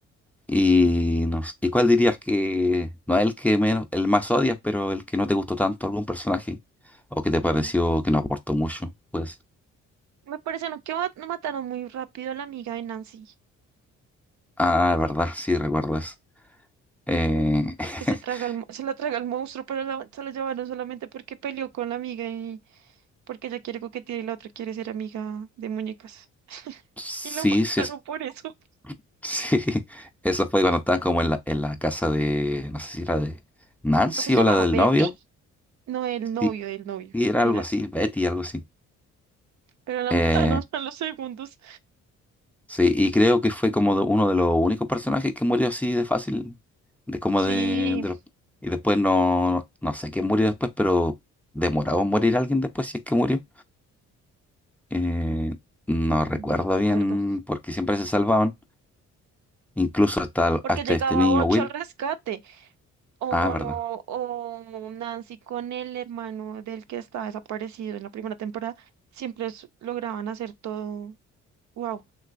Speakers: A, in the centre; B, on the right.
A: Y, no s- ¿y cuál dirías que no es el que menos, el más odias, pero el que no te gustó tanto algún personaje? O que te pareció
B: Mm.
A: que no aportó mucho, pues.
B: Me parece, no, que ma- no mataron muy rápido a la amiga de Nancy.
A: Ah, verdad, sí, recuerdas. Eh,
B: La
A: <laughs>
B: que se traga al mo- se la traga el monstruo, pero la- se la llevaron solamente porque peleó con la amiga y porque ella quiere coquetear y la otra quiere ser amiga de muñecas.
A: sí,
B: Y la mataron
A: sí, es-
B: por eso.
A: <laughs> sí. Eso fue cuando estaban como en la, en la casa de, no sé si era de Nancy
B: ¿Lo que se
A: o
B: llamaba
A: la del
B: Betty?
A: novio.
B: No, el novio,
A: Sí,
B: el novio.
A: sí, era
B: Era,
A: algo así, Betty, algo así.
B: pero la
A: Eh,
B: <laughs> mataron a los segundos.
A: Sí, y creo que fue como de- uno de los únicos personajes que murió así de fácil, de como
B: Sí,
A: de, de los- y después no, no sé quién murió después, pero demoraba en morir alguien después si es que murió. Eh, no recuerdo
B: mm, recuerdo.
A: bien porque siempre se salvaban, incluso hasta,
B: Porque
A: hasta
B: llegaba
A: este niño
B: Ocho
A: Will.
B: al rescate. O, o,
A: Ah, verdad.
B: o Nancy con el hermano del que está desaparecido en la primera temporada. Siempre s- lograban hacer todo. Wow.